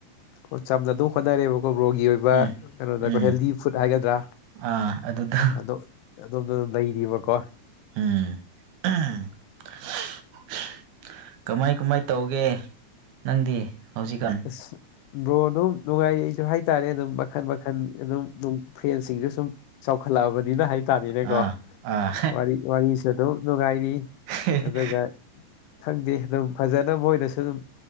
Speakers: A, on the left (about 80°); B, on the right (about 80°).
A: ꯍꯣ ꯆꯄꯂꯥ ꯗꯣ ꯍꯣꯠꯅꯔꯦꯕꯀꯣ ꯕ꯭ꯔꯣꯒꯤ ꯑꯣꯏꯕ
B: ꯎꯝ
A: ꯀꯩꯅꯣꯗꯀꯣ
B: ꯎꯝ
A: ꯍꯦꯜꯗꯤ ꯐꯨꯗ ꯍꯥꯏꯒꯗ꯭ꯔꯥ
B: ꯑꯥ ꯑꯗꯨꯗ
A: ꯑꯗꯣ ꯑꯣꯝꯗ ꯑꯗꯨꯝ ꯂꯩꯔꯤꯕꯀꯣ
B: ꯎꯝ <unintelligible> ꯀꯃꯥꯏ ꯀꯃꯥꯏ ꯇꯧꯒꯦ ꯅꯪꯗꯤ ꯍꯧꯖꯤꯛꯀꯥꯟ
A: ꯑꯁ ꯕ꯭ꯔꯣ ꯑꯗꯨꯝ ꯅꯨꯡꯉꯥꯏꯔꯤ ꯑꯩꯁꯨ ꯍꯥꯏꯇꯥꯔꯦ ꯑꯗꯨꯝ ꯃꯈꯟ ꯃꯈꯟ ꯑꯗꯨꯝ ꯅꯨꯡ ꯐ꯭ꯔꯦꯟꯁꯤꯡꯁꯨ ꯁꯨꯝ ꯆꯥꯎꯈꯠ ꯂꯛꯑꯕꯅꯤꯅ ꯍꯥꯏꯇꯥꯔꯦꯅꯦꯀꯣ
B: ꯑꯥ ꯑꯥ
A: ꯋꯥꯔꯤ ꯋꯥꯔꯤꯁꯨ ꯑꯗꯨꯝ ꯅꯨꯡꯉꯥꯏꯔꯤ
B: ꯍꯦ <unintelligible>
A: ꯑꯗꯨꯒ ꯈꯪꯗꯦ ꯑꯗꯨꯝ ꯐꯖꯅ ꯃꯣꯏꯅꯁꯨ ꯑꯗꯨꯝ